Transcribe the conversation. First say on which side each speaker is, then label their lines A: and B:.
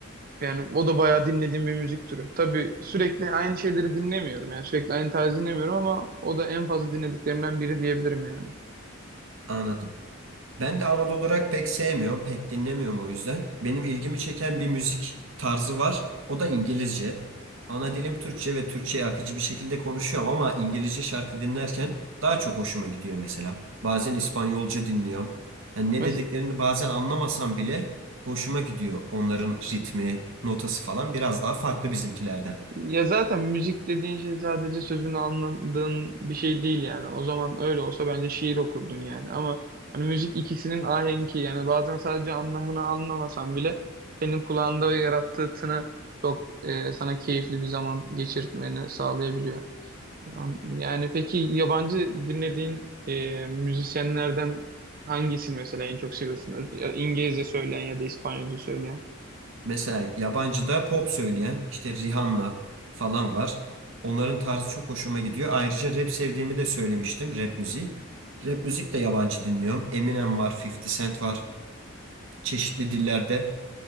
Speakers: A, on the right; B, on the right.
A: yani o da bayağı dinlediğim bir müzik türü. Tabii sürekli aynı şeyleri dinlemiyorum yani sürekli aynı tarzı dinlemiyorum ama o da en fazla dinlediklerimden biri diyebilirim yani.
B: Anladım. Ben de Anadolu olarak pek sevmiyorum, pek dinlemiyorum o yüzden. Benim ilgimi çeken bir müzik tarzı var. O da İngilizce. Ana dilim Türkçe ve Türkçe'yi akıcı bir şekilde konuşuyorum ama İngilizce şarkı dinlerken daha çok hoşuma gidiyor mesela. Bazen İspanyolca dinliyorum. Hani ne
A: Mesela,
B: dediklerini bazen anlamasam bile hoşuma gidiyor. Onların ritmi, notası falan biraz daha farklı bizimkilerden.
A: ya zaten müzik dediğin şey sadece sözünü anladığın bir şey değil yani. O zaman öyle olsa bence şiir okurdun yani. Ama hani müzik ikisinin ahenki yani bazen sadece anlamını anlamasan bile senin kulağında ve yarattığı tını çok e, sana keyifli bir zaman geçirtmeni sağlayabiliyor. An- Yani peki yabancı dinlediğin e, müzisyenlerden hangisini mesela en çok seviyorsun? Ya İngilizce söyleyen ya da İspanyolca söyleyen?
B: Mesela yabancıda pop söyleyen işte Rihanna falan var. Onların tarzı çok hoşuma gidiyor. Ayrıca rap sevdiğimi de söylemiştim. Rap müziği. Rap müzik de yabancı dinliyorum. Eminem var, 50 Cent var. Çeşitli dillerde